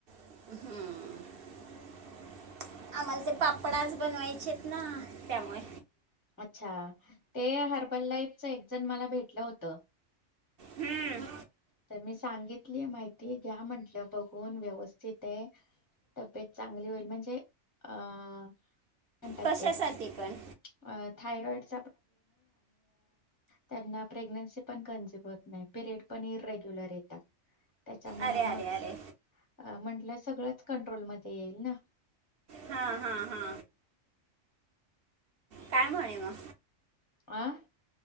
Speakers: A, on the right; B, on the left.
A: हम्म. आम्हाला ते पापडाच बनवायचेत ना त्यामुळे.
B: अच्छा ते हर्बल लाईफच एक जण मला भेटलं होतं.
A: हम्म.
B: तर मी सांगितलीय माहिती घ्या म्हंटलं बघून व्यवस्थित आहे. तब्येत चांगली होईल म्हणजे अं म्हणतात
A: कशासाठी
B: ते
A: पण
B: अ थायरॉइड. प् त्यां प्रे्ी पण कत नाहीड <unintelligible> पण इरेग्युलर येतात. त्याच्यामु
A: अरे अरे
B: मग
A: अरे
B: म्हंटलं, सगळंच कंट्रोलमध्येध्ये येईल ना.
A: हा हा हा. काय म्हणे मग.
B: आं.